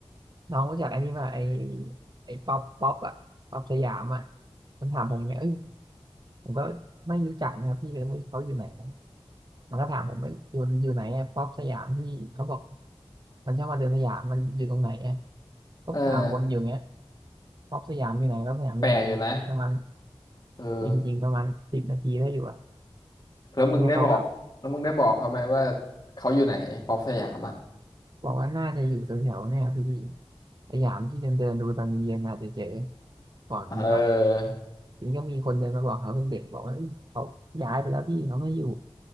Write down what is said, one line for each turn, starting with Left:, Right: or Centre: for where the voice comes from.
Right: น้องรู้จักไอ้นี่ป่ะไอ้ไอ้ป๊อปป๊อปอะป๊อปสยามอะมันถามผมไงเอ้ย ผมก็ไม่รู้จักนะครับพี่เลยไม่รู้เขาอยู่ไหนมันก็ถามผมว่าอยู่อยู่ไหนอะป๊อปสยามพี่เขาบอกมันชอบมาเดินสยามมันอยู่ตรงไหนอะก็ถามวนอยู่เงี้ย
Left: เออ
Right: ป๊อปสยามอยู่ไหนป๊อปสยามอยู่ไหนประมาณ
Left: แปลกอยู่นะเออ
Right: จริงๆประมาณสิบนาทีได้อยู่อะ
Left: แล้วมึงได้บอกแล้วมึงได้บอกเขาไหมว่า
Right: ทีเนี้ยเขาก็
Left: เขาอยู่ไหนป๊อปสยามอ่ะ
Right: บอกว่าน่าจะอยู่แถวๆเนี่ยครับพี่สยามที่เดินเดินดูตอนเย็นๆอาจจะเจอบอกนี้ก่อน
Left: เออ
Right: ทีนี้ก็มีคนเดินมาบอกเขาเป็นเด็กบอกว่าเอ้ยเขาย้ายไปแล้วพี่เขาไม่อยู่